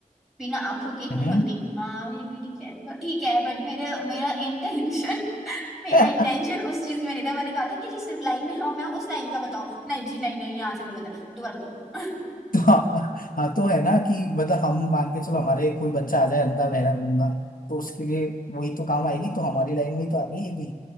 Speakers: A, in the centre; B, on the left.
A: बिना आंखों के हूं
B: हैं?
A: अंधी हाँ ये भी ठीक है तो ठीक है बट मेरे मेरा इंटेंशन <laughs> मेरा
B: <laughs>
A: इंटेंशन उस चीज में नहीं था मैंने कहा था कि जिस लाइन में हम है उस लाइन का बताओ नहीं जी नहीं नहीं यहाँ से गलत है दोबारा बताओ <laughs>
B: तो हाँ हाँ, तो है ना कि मतलब हम मान के चलो हमारे कोई बच्चा आ जाए अंधा बहरा गूंगा तो उसके लिए वही तो काम आएगी तो हमारी लाइन में ही तो आ गई है भी